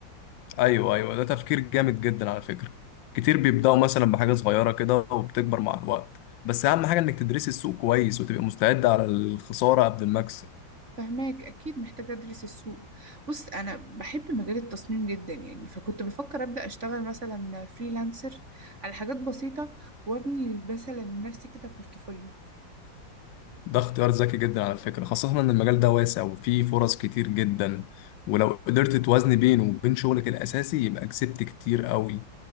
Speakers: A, on the left; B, on the right.
A: ايوه ايوه ده تفكير جامد جدا على فكره كتير بيبداوا مثلا بحاجه صغيره كده وبتكبر مع الوقت بس اهم حاجه انك تدرسي السوق كويس وتبقى مستعده على الخساره قبل المكسب
B: فهماك اكيد محتاجه ادرس السوق بص انا بحب مجال التصميم جدا يعني فكنت بفكر ابدا اشتغل مثلا فريلانسر على حاجات بسيطه وابني مثلا لنفسي كده بورتفوليو
A: ده اختيار ذكي جدا على فكره خاصه ان المجال ده واسع وفيه فرص كتير جدا ولو قدرت توازني بينه وبين شغلك الاساسي يبقى كسبت كتير قوي